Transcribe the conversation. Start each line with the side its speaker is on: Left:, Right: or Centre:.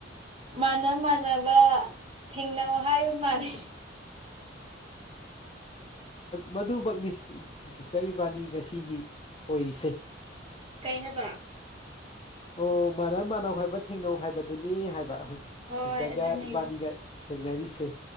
Right: ꯃꯥꯥꯟꯅ ꯃꯥꯟꯅꯕ ꯊꯦꯡꯅꯧ ꯍꯥꯏꯕ ꯃꯥꯂꯦ
Left: ꯃꯗꯨꯃꯛꯅꯤ ꯍꯤꯁꯇ ꯏꯕꯥꯅꯤ ꯉꯁꯤꯒꯤ ꯑꯣꯏꯔꯤꯁꯦ
Right: ꯀꯩꯍꯕ
Left: ꯑꯣ ꯃꯥꯅꯕ ꯃꯥꯟꯅꯧ ꯍꯥꯏꯕ ꯊꯦꯡꯅꯧ ꯍꯥꯏꯕꯗꯨꯅꯤ ꯍꯥꯏꯕ ꯑꯩꯏ
Right: ꯍꯣꯏ
Left: ꯁꯤꯁꯇꯔꯒ
Right: ꯑꯗꯨꯅꯦ
Left: ꯏꯕꯥꯅꯤꯒ ꯊꯦꯡꯅꯔꯤꯁꯦ